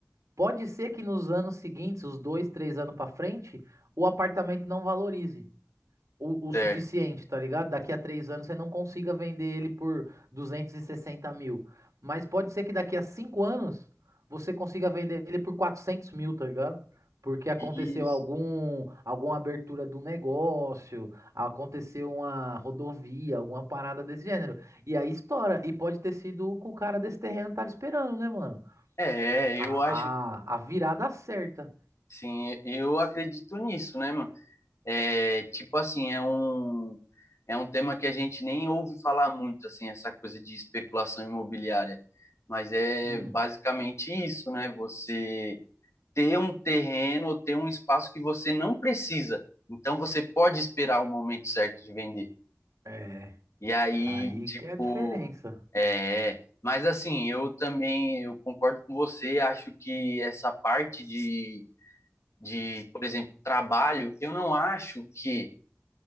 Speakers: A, on the right; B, on the left.
A: Pode ser que nos anos seguintes, os dois, três anos pra frente, o apartamento não valorize o, o
B: certo.
A: suficiente, tá ligado? Daqui a três anos você não consiga vender ele por 260 mil. Mas pode ser que daqui a cinco anos você consiga vender ele por 400 mil, tá ligado? Porque aconteceu
B: Isso.
A: algum, alguma abertura do negócio, aconteceu uma rodovia, alguma parada desse gênero. E aí estoura. E pode ter sido o que o cara desse terreno tava esperando, né, mano?
B: É,
A: A,
B: eu acho,
A: a, a virada certa.
B: sim, eu acredito nisso, né, mano? É, tipo assim, é um, é um tema que a gente nem ouve falar muito, assim, essa coisa de especulação imobiliária. Mas é
A: Hum,
B: basicamente isso, né? Você ter um terreno ou ter um espaço que você não precisa. Então você pode esperar o momento certo de vender.
A: é.
B: E aí,
A: Aí
B: tipo,
A: que é a diferença.
B: é, mas assim, eu também eu concordo com você, acho que essa parte de, de por exemplo, trabalho, eu não acho que